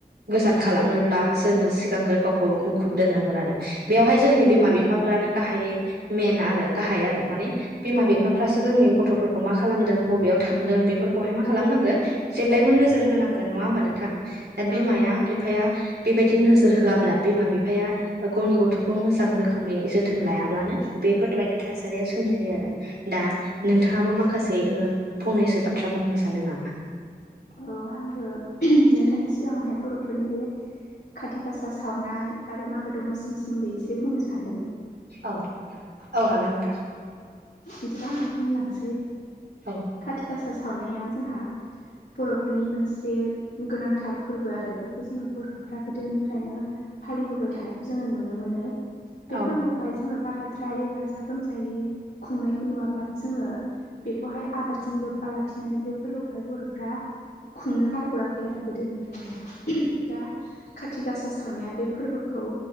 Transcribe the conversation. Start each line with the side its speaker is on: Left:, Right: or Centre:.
Right: गोजान खालामनोब्ला जोङो सिगांग्रो गावखौ मुखुब दोननांगोन आरो। बेवहाय जोंनि बिमा बिफाफ्रा गाहायै मेन आरो गाहाय आरो माने बिमा बिफाफ्रासो जोंनि गथ'फोरखौ मा खालामदों बबेयाव थांदों बेफोरखौहाय मा खालामगोन जेब्लाबो नोजोर जोर होनांगोन नङा होमबा नोंथां। दा बिमाया
Left: औ
Right: बिफाया बेबायदि नोजोर होआब्ला बिमा बिफाया गावनि गथ'खौ मोजां रोखोमै जोथोन लायाब्लानो बेफोरबायदि थासारिया सोमजियो आरो। दा नोंथाङाबो माखासे ओ फंनैसो बा थ्रा बुंनो सानदों नामा?
Left: औ आंबो नोंथांनि सिगाङावहाय बेफोरनिबो खाथि गासा सावनाय आरो मागो दमासिनि सोमोन्दै एसे बुंनो सान्दों।
Right: औ औ हागोन नोंथां।
Left: बिदिबा आङो बुंलांसै
Right: औ
Left: खाथि गासा सावनाया जोंहा बर'फोरनि मोनसे गोनांथार फोरबो आरो। बेखौ जोङो बर'फोरा गोदोनिफ्रायनो फालिबोबाय थानायखौ जोङो नुनो मोनो।
Right: औ
Left: बे फोरबोखौहाय जोङो बाराद्राय गाजा गोमजा यै खुंनायखौ नुवाब्लाबो जोङो बेखौहाय आबादजों लोब्बा लाखिनानै बे फोरबोखौहाय बर'फ्रा खुंनो गारबोआखै आरो गोदोनिफ्रायनो दा खाथि गासा सावनाया बे फोरबो खौ